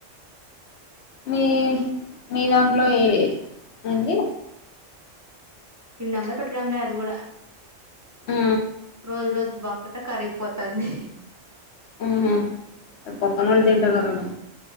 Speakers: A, on the left; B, on the right.
A: మీ మీ దాంట్లో ఏ ఏంది
B: తినడాలే పెట్టడంలే అది కూడా
A: ఆ
B: రోజు రోజుకు బా మొత్తం కరిగిపోతంది
A: ఆ పక్కన వాళ్ళు తింటున్నరేమో